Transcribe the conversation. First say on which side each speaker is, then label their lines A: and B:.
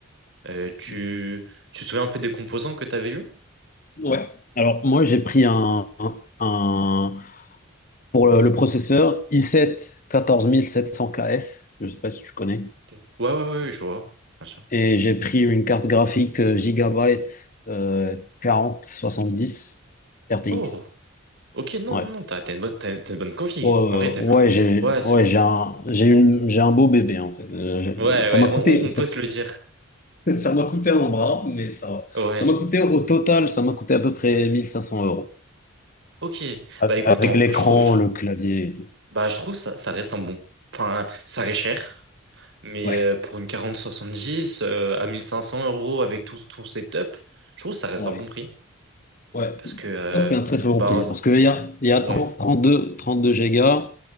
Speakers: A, on the right; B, on the left.
A: Euh, tu,
B: Ok.
A: tu te souviens un peu des composants que t'avais eu?
B: Ouais. Alors moi j'ai pris un, un- un- pour le, le processeur i7 14700KF, je sais pas si tu connais,
A: Ok. Ouais, ouais, ouais, ouais, je vois, bien sûr.
B: et j'ai pris une carte graphique euh, Gigabyte euh, 4070 RTX.
A: Oh, ok, non,
B: Ouais.
A: non, non, t'as t'as une bonne, t'as- t'as une bonne config.
B: Ouais, ouais,
A: En vrai, t'as
B: ouais,
A: bien.
B: j'ai
A: Ouais, c'est-
B: ouais, j'ai un, j'ai une- j'ai un beau bébé en fait. Euh,
A: ouais,
B: ça
A: ouais,
B: m'a
A: on,
B: coûté.
A: on- on peut se le dire.
B: <laughs> Ça m'a coûté un bras, mais ça va.
A: Ouais,
B: Ça m'a coûté au total, ça m'a coûté à peu près 1500 euros.
A: ok.
B: A-
A: Bah écoute,
B: Avec
A: en-
B: l'écran,
A: je trouve.
B: le clavier et tout.
A: Bah, je trouve ça, ça reste un bon. Enfin, ça reste cher, mais
B: Ouais,
A: euh, pour une 40-70 euh, à 1500 euros avec tout ton setup, je trouve que ça reste
B: ouais,
A: un bon prix.
B: ouais.
A: Parce que, euh,
B: C'est un très très bon
A: bah,
B: prix. Parce qu'il y a, il y a
A: ouais.
B: trente trente-deux, trente-deux gigas,